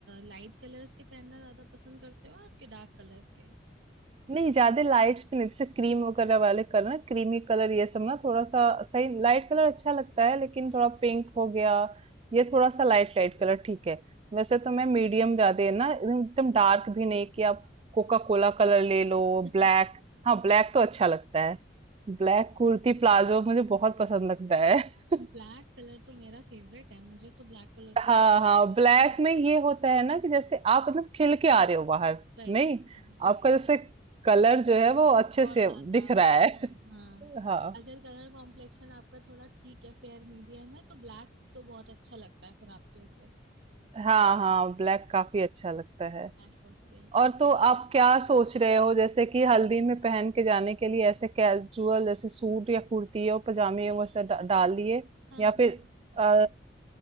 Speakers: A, on the right; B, on the right.
A: लाइट कलर्स के पहनना ज्यादा पसंद करते हो आपके डार्क कलर्स के
B: नहीं ज़्यादा लाइट्स भी नहीं जैसे क्रीम वगैरह वाले कलर ना क्रीमी कलर ये सब ना थोड़ा-सा सही लाइट कलर अच्छा लगता है लेकिन थोड़ा पिंक हो गया, ये थोड़ा-सा लाइट लाइट कलर ठीक है। वैसे तो मैं मीडियम ज़्यादा ना एकदम एकदम डार्क भी नहीं कि आप कोका कोला कलर ले लो,
A: <laughs>
B: ब्लैक हाँ, ब्लैक तो अच्छा लगता है। ब्लैक कुर्ती प्लाज़ो मुझे बहुत पसंद लगता है। <laughs>
A: ब्लैक कलर तो मेरा फेवरेट है मुझे तो ब्लैक कलर
B: हाँ
A: के
B: हाँ ब्लैक में ये होता है ना कि जैसे आप मतलब खिल के आ रहे हो बाहर
A: वही-
B: नहीं
A: वही-
B: आपका जैसे कलर जो है वो अच्छे
A: और
B: से
A: ज्यादा
B: दिख रहा है
A: हाँ
B: <laughs>
A: हाँ
B: हाँ
A: अगर कलर कॉम्प्लेक्शन आपका थोड़ा ठीक है फेयर मीडियम है तो ब्लैक तो बहुत अच्छा लगता है फिर आपके ऊपर
B: हाँ हाँ ब्लैक काफी अच्छा लगता है
A: ब्लैक बहुत बढ़िया लगता
B: और तो आप क्या सोच रहे हो जैसे कि हल्दी में पहन के जाने के लिए ऐसे कैजुअल जैसे सूट या कुर्ती और पजामे वैसे डा-
A: है
B: डाल
A: भाई
B: लिए
A: हाँ
B: या फिर अ,